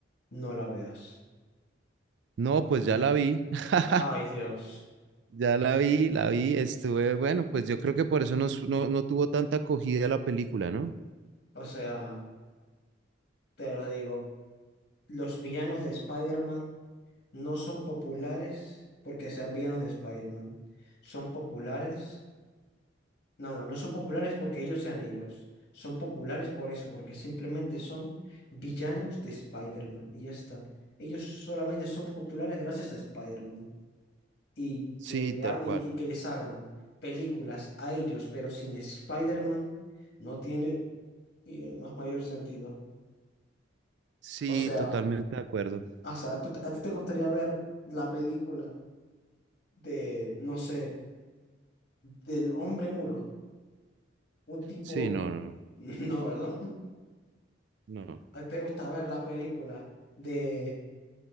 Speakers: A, on the left; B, on the right.
A: No la veas.
B: No, pues ya la vi. <laughs>
A: Ay, Dios.
B: Ya la vi, la vi, estuve, bueno, pues yo creo que por eso no, su- no, no tuvo tanta acogida la película, ¿no?
A: O sea, te lo digo, los villanos de Spider-Man no son populares porque sean villanos de Spider-Man. Son populares. No, no, no son populares porque ellos sean ellos. Son populares por eso, porque simplemente son villanos de Spider-Man. Y ya está. Ellos solamente son populares gracias a Spider-Man. y
B: Sí,
A: que, le
B: tal
A: ha-
B: cual.
A: y, y que les hagan películas a ellos, pero sin Spider-Man, no tiene y el más mayor sentido.
B: Sí,
A: O sea,
B: totalmente de acuerdo.
A: o sea, ¿tú- ¿a ti te gustaría ver la película de, no sé, del hombre muro? Un tipo...
B: Sí, no, no,
A: <laughs> No, ¿verdad?
B: no.
A: <laughs> ¿A ti te gusta ver la película de...